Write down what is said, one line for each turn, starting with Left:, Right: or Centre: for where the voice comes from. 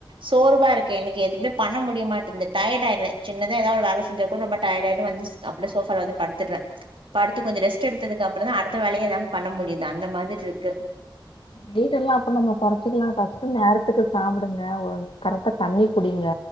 Right: சோர்வாருக்கு எனக்கே எதுமே பண்ண முடியமாட்டன்து டயடு ஆயிர்றே. சின்னதா எதா ஒரு வேல செஞ்சா கூட ரொம்ப டயடாய்ட்டு வந்துஸ் அப்டே சோஃபால வந்து படுத்துட்றே. படுத்து கொஞ்சோ ரெஸ்ட்டு எடுத்ததுக்கு அப்புறந்தா அடுத்த வேல எல்லாம் பண்ண முடிது அந்த மாதிர்ருக்கு.
Left: வெயிட்டல்லா அப்ற நம்ம கொறச்சிக்கலா ஃபஸ்ட்டு நேரத்துக்கு சாப்புடுங்க ஒ கரெக்டா தண்ணி குடிங்க.